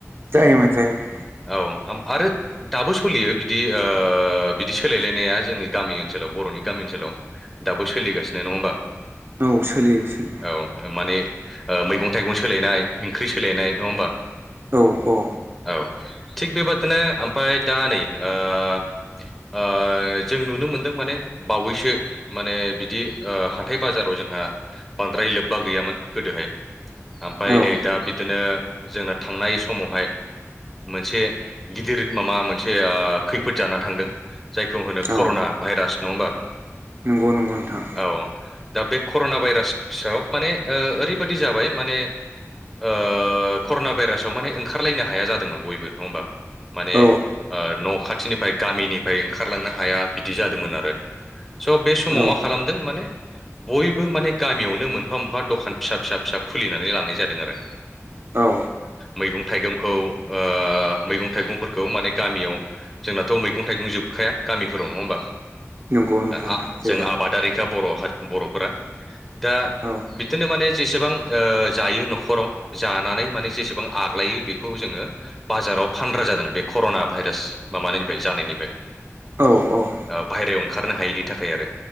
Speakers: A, on the right; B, in the centre.
A: जायोमोन जायोमोन
B: औ आरो दाबो सोलियो बिदि ओ बिदि सोलायलायनाया जोंनि गामि ओनसोलाव बर'नि गामि ओनसोलाव दाबो सोलिगासिनो नङा होमबा
A: औ सोलियो सोलियो
B: औ माने ओ मैगं थाइगं सोलायनाय ओंख्रि सोलायनाय नङा होमबा
A: औ औ
B: औ थिग बेबादिनो ओमफाय दा नै ओ जों नुनो मोनदों माने बावैसो माने बिदि हाथाय बाजाराव जों जोंहा बांद्राय लोब्बा गैयामोन गोदोहाय ओमफ्राय
A: औ
B: नै दा बिदिनो जोंना थांनाय समावहाय मोनसे गिदिर माबा मोनसे ओ खैफोद जाना थांदों जायखौ होनो कर'ना
A: औ
B: भाइरास नङा होमबा
A: नंगौ नंगौ नोंथां
B: औ दा बे कर'ना भाइरास सोआव माने ओरैबायादि जाबाय माने ओ कर'ना भाइरासाव माने ओंखारलायनो हाया जादोंमोन बयबो नङा होमबा माने
A: औ
B: ओ न' खाथिनिफ्राय गामिनिफ्राय ओंखारलांनो हाया बिदि जादोंमोन आरो स' बे समाव
A: औ
B: मा खालामदों माने बयबो माने गामियावनो मोन मोनफा मोनफा दखान फिसा फिसा फिसा खुलिनानै लानाय जादों आरो
A: औ
B: मैगं थाइगंखौ ओ मैगं थाइगंफोरखौ माने गामियाव जोंनाथ' मैगं थाइगं जोब खाया गामिफोर नङा होनबा
A: नंगौ नंगौ नोंथां
B: ओ
A: जोबोर
B: जों आबादारिखा बर' बर'फोरा दा
A: औ
B: बिदिनो माने जेसेबां ओ जायो न'खराव जानानै माने जेसेबां आग्लायो बेखौ जोङो बाजाराव फानग्रा जादों बे कर'ना भाइरास माबानिफ्राय जानायनिफ्राय
A: औ औ
B: ओ बाहेरायाव ओंखारनो हायैनि थाखाय आरो